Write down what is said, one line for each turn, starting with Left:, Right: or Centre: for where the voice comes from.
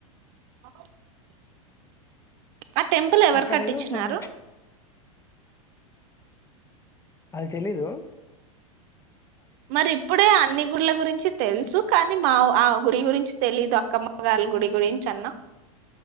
Right: అ ఆ టెంపుల్ ఎవరు
Left: అక్కడ
Right: కట్టించినారు
Left: ఏదో సం అది తేలిదు
Right: మరి ఇప్పుడే అన్ని గుళ్ల గురించి తెలుసు కానీ మా ఆ గుడి గురించి తెలీదు అక్కమ్మ వాల్ గుడి గురించి అన్నా